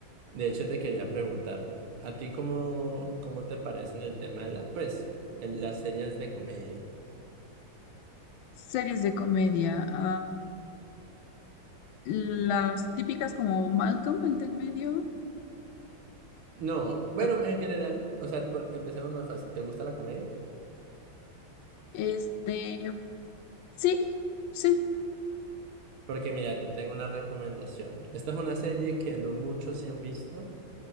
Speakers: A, on the right; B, on the left.
A: De hecho, te quería preguntar, ¿a ti cómo, cómo te parece en el tema de la, pues, el- las series de comedia?
B: Series de comedia, ah, las típicas como Malcolm, el de en medio,
A: No, bueno,
B: ah,
A: en general, o sea, por- empecemos más fácil. ¿Te gusta la comedia?
B: este, sí, sí.
A: Porque mira, te tengo una recomendación. Esta es una serie que no muchos se han visto,